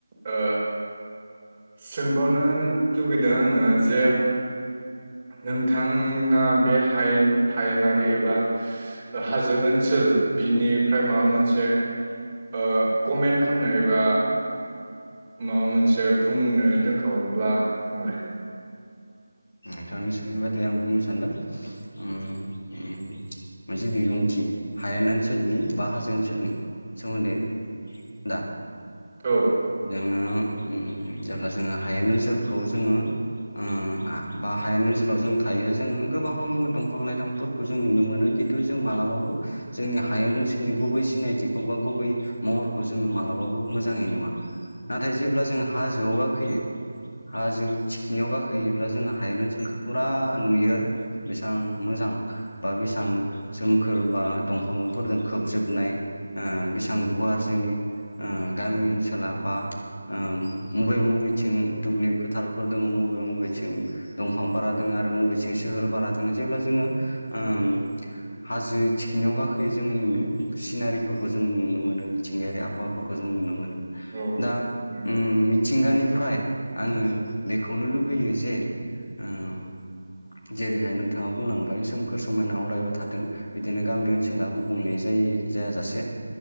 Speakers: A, on the right (about 25°); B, on the left (about 50°).
A: ओ सोंबावनो लुबैदों आङो जे नोंथांना बे हायेन हायेनारि एबा ओ हाजो ओनसोल बिनिफ्राय माबा मोनसे ओ कमेन्ट खालामनो एबा माबा मोनसे बुंनो दोनखावब्ला बुंलाय
B: नोंथांनिसिम बेबादि आं बुंनो सानदों उम उम मोनसे बिबुंथि हायेन ओनसोलनि बा हाजो ओनसोलनि सोमोन्दै दा
A: औ
B: जोङो उम जेब्ला जोङो हायेन ओनसोलखौ जोङो ओ आ बा हायेन ओनसोलाव जों थायो जोङो गोबां दंफां लाइफांफोरखौ जों नुनो मोनो खिन्थु जों मालाबाबो जोंनि हायेन ओनसोलनि गुबै सिनायथिखौ बा गुबै महरखौ जोङो मालाबाबो मोजाङै नुवा नाथाय जेब्ला जों हाजोआव गाखोयो हाजो थिखिनियाव गाखोहैयोब्ला जोंडो हायेन ओनसोलखौ फुरा नुयो आरो बेसेबां मोजां बा बेसेबां सोमखोर बा दंफांफोरजों खोबजोबनाय ओ बेसेबां गुवार जोंनि ओ गामि ओनसोला बा ओम मबे मबेथिं दुब्लि फोथारफोर दङ मबे मबेथिं दंफां बारा दोङो आरो मबेथिं सोहोर बारा दोङ जेब्ला जोङो ओम हाजो थिखिनायाव गाखोयो जों सिनारिफोरखौ जों नुनो मोनो मिथिंगायारि आबहावा फोरखौ जों नुनो मोनो
A: औ
B: दा
A: नंगौ
B: उम मिथिंगानिफ्राय आङो बेखौनो लुगैयो जे ओम जेरैहाय नोंथाङा बुंलांबाय सोमखोर समायना अराय थाथों बिदिनो गामि ओनसोला गुबुंले जाय जायाजासे